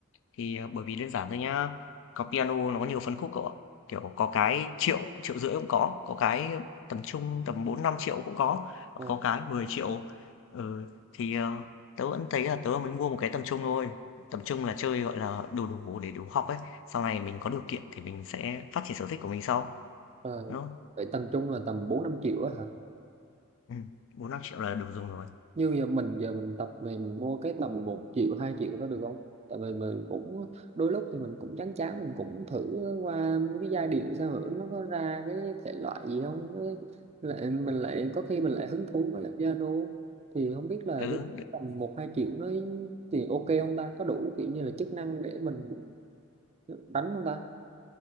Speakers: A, on the left; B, on the right.
A: thì, ờ, bởi vì đơn giản thôi nhá, có piano nó có nhiều phân khúc cậu ạ. Kiểu, có cái triệu triệu rưỡi cũng có, có cái tầm trung tầm bốn năm triệu cũng có, còn
B: ờ
A: có cái mười triệu Ừ, thì, ờ, tớ vẫn thấy là tớ mới mua một cái tầm trung thôi, tầm trung là chơi, gọi là, đủ đủ để đủ học ấy, sau này mình có điều kiện thì mình sẽ phát triển sở thích của mình sau,
B: ờ.
A: đúng không?
B: vậy tầm trung là tầm bốn năm triệu á hả
A: Ừm, 4 000 000 là đủ dùng rồi.
B: như giờ mình giờ mình tập mình mua cái tầm một triệu hai triệu đó được không tại vì mình cũng đôi lúc thì mình cũng chán chán mình cũng thử qua mấy cái giai điệu sao hử nó có ra cái thể loại gì không Cái- lại mình lại có khi mình lại hứng thú với lại piano thì không biết là
A: Ừ.
B: cái tầm một hai triệu nó thì ok không ta có đủ kiểu như là chức năng để mình đánh không ta